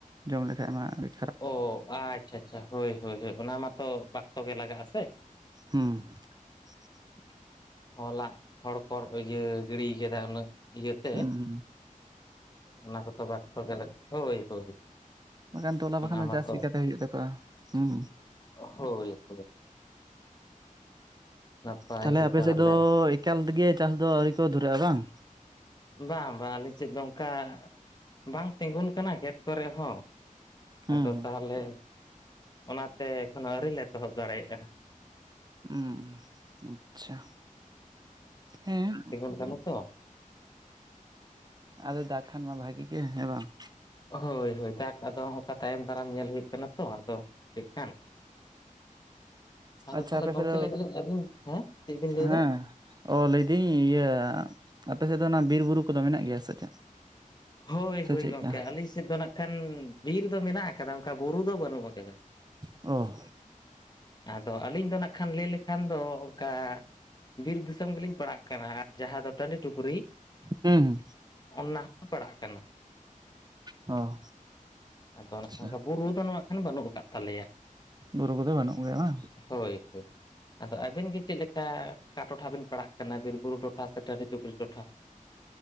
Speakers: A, on the right (about 30°); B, on the left (about 30°).
A: ᱡᱚᱢ ᱞᱮᱠᱷᱟᱡ ᱢᱟ ᱹᱰᱤ
B: ᱚ ᱟᱪᱪᱷᱟ ᱟᱪᱪᱷᱟ ᱦᱳᱭ ᱦᱳᱭ ᱚᱱᱟ ᱢᱟᱛᱚ ᱵᱟᱠᱛᱚ ᱜᱮ ᱞᱟᱜᱟᱜᱼᱟ ᱥᱮ᱾
A: ᱦᱮᱸ <unintelligible>
B: ᱦᱚᱞᱟᱜ ᱦᱚᱲ ᱠᱚ ᱤᱭᱟᱹ ᱜᱤᱲᱤᱭ ᱠᱮᱫᱟ ᱩᱱᱟᱹᱜ ᱤᱭᱟᱹᱛᱮ
A: ᱦᱩᱸ ᱦᱩᱸ
B: ᱚᱱᱟ ᱠᱚᱫᱚ ᱵᱟᱫᱽᱷᱚ ᱜᱮ ᱦᱳᱭ ᱦᱳᱭ
A: ᱵᱟᱝᱠᱷᱟᱱ ᱛᱚᱞᱟ ᱵᱟᱠᱷᱟᱱ
B: ᱚᱱᱟ ᱢᱟᱛᱚ
A: ᱫᱚ ᱡᱟᱥ ᱪᱤᱠᱟᱹᱛᱮ ᱦᱩᱭᱩᱜ ᱛᱟᱠᱚᱣᱟ ᱦᱩᱸ᱾
B: ᱦᱳᱭ ᱯᱟᱞᱮ ᱱᱟᱯᱟᱭ
A: ᱛᱟᱞᱦᱮ
B: ᱜᱮ
A: ᱟᱯᱮ
B: ᱛᱟᱦᱚᱞᱮ
A: ᱥᱮᱫ ᱫᱚ ᱮᱠᱟᱞ ᱛᱮᱜᱮ ᱪᱟᱥ ᱫᱚ ᱟᱹᱣᱨᱤ ᱠᱚ ᱫᱷᱩᱨᱟᱹᱜᱼᱟ ᱵᱟᱝ
B: ᱵᱟᱝ ᱵᱟᱝ ᱟᱞᱮ ᱪᱮᱫ ᱫᱚ ᱚᱱᱠᱟ ᱵᱟᱝ ᱛᱤᱜᱩᱱ ᱠᱟᱱᱟ ᱠᱷᱮᱛ ᱠᱚᱨᱮ ᱦᱚᱸ᱾
A: ᱦᱩᱸ
B: ᱟᱫᱚ ᱛᱟᱦᱚᱞᱮ ᱚᱱᱟᱛᱮ ᱮᱠᱷᱱᱳ ᱟᱹᱣᱨᱤᱞ ᱞᱮ ᱮᱦᱚᱵ ᱫᱟᱲᱮᱭᱟᱜᱼᱟ᱾
A: ᱦᱩᱸ ᱟᱪᱪᱷᱟ ᱦᱮᱸ
B: ᱚᱱᱠᱟᱱᱟ ᱛᱚ <inaudible>
A: ᱟᱫᱚ ᱫᱟᱜ ᱠᱷᱟᱱ ᱢᱟ ᱵᱷᱟᱜᱤ ᱜᱮ ᱦᱮᱸ ᱵᱟᱝ
B: ᱦᱳᱭ ᱦᱳᱭ ᱫᱟᱜ ᱟᱫᱚ ᱛᱟᱭᱚᱢ ᱫᱟᱨᱟᱢ ᱧᱮᱞ ᱦᱩᱭᱩᱜ ᱠᱟᱱᱟ ᱛᱚ ᱟᱫᱚ ᱪᱮᱫ ᱠᱷᱟᱱ ᱟᱫᱚ
A: ᱟᱪᱪᱷᱟ
B: ᱛᱟᱦᱞᱮ
A: ᱟᱯᱮ
B: ᱜᱚᱢᱠᱮ
A: ᱥᱮᱫ ᱫᱚ
B: ᱞᱟᱹᱭ ᱫᱟᱞᱤᱧ ᱟᱵᱤᱱ ᱦᱮᱸ ᱪᱮᱫ ᱵᱤᱱ ᱞᱟᱹᱭᱫᱟ?
A: ᱦᱮᱸ ᱚ ᱞᱟᱹᱭᱫᱟᱹᱧ ᱤᱭᱟᱹ ᱟᱯᱮ ᱥᱮᱫ ᱫᱚ ᱚᱱᱟ ᱵᱤᱨ ᱵᱩᱨᱩ ᱠᱚᱫᱚ ᱢᱮᱱᱟᱜ ᱜᱮᱭᱟ ᱥᱮ ᱪᱮᱫ?
B: ᱦᱳᱭ
A: ᱥᱮ
B: ᱦᱳᱭ
A: ᱪᱮᱫᱠᱟ
B: ᱜᱚᱢᱠᱮ ᱟᱹᱞᱤᱧ ᱥᱮᱫ ᱫᱚ ᱱᱟᱜ ᱠᱷᱟᱱ ᱵᱤᱨ ᱫᱚ ᱢᱮᱱᱟᱜ ᱟᱠᱟᱫᱟ ᱚᱱᱠᱟ ᱵᱩᱨᱩ ᱫᱚ ᱵᱟᱹᱱᱩᱜ ᱟᱠᱟᱫᱟ᱾
A: ᱚ
B: ᱟᱫᱚ ᱟᱹᱞᱤᱧ ᱫᱚ ᱱᱟᱜ ᱠᱷᱟᱱ ᱞᱟᱹᱭ ᱞᱮᱠᱷᱟᱱ ᱫᱚ ᱚᱱᱠᱟ ᱵᱤᱨ ᱫᱤᱥᱚᱢ ᱜᱮᱞᱤᱧ ᱯᱟᱲᱟᱜ ᱠᱟᱱᱟ᱾ ᱡᱟᱦᱟᱸ ᱫᱚ ᱛᱟᱺᱰᱤ ᱴᱩᱯᱨᱤ
A: ᱦᱩᱸ ᱦᱩᱸ
B: ᱚᱱ-ᱱᱟ ᱦᱚᱸ ᱯᱟᱲᱟᱜ ᱠᱟᱱᱟ᱾
A: ᱚ
B: ᱟᱫᱚ ᱱᱟᱜ
A: ᱟᱪᱪᱷᱟ
B: ᱠᱷᱟᱱ ᱵᱩᱨᱩ ᱫᱚ ᱱᱚᱣᱟ ᱠᱷᱟᱱ ᱵᱟᱹᱱᱩᱜ ᱟᱠᱟᱫ ᱛᱟᱞᱮᱭᱟ᱾
A: ᱵᱩᱨᱩ ᱠᱚᱫᱚ ᱵᱟᱹᱱᱩᱜ ᱜᱮᱭᱟ ᱵᱟᱝ᱾
B: ᱦᱳᱭ ᱦᱳᱭ ᱟᱫᱚ ᱟᱹᱵᱤᱱ ᱜᱮ ᱪᱮᱫ ᱞᱮᱠᱟ ᱚᱠᱟ ᱴᱚᱴᱷᱟ ᱵᱤᱱ ᱯᱟᱲᱟᱜ ᱠᱟᱱᱟ ᱵᱤᱨ ᱵᱩᱨᱩ ᱴᱚᱴᱷᱟ ᱥᱮ ᱴᱟᱺᱰᱤ ᱴᱩᱜᱠᱨᱤ ᱴᱚᱴᱷᱟ